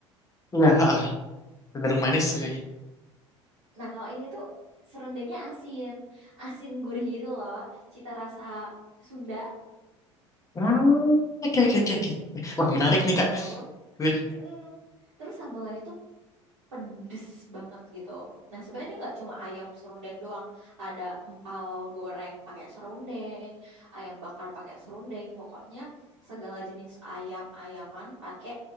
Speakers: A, on the left; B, on the right.
A: Iya, ha, ha. cenderung manis nih.
B: Nah, kalau ini tuh serundengnya asin. Asin gurih gitu loh. Cita rasa Sunda.
A: Ah, Oke, oke, oke, oke. Wah, menarik nih, Kak.
B: Terus,
A: Wir-
B: mm-mm. Terus sambalnya itu pedes banget gitu. Nah, sebenarnya dia nggak cuma ayam serundeng doang. Ada empal goreng pakai serundeng, ayam bakar pakai serundeng. Pokoknya segala jenis ayam-ayaman pakai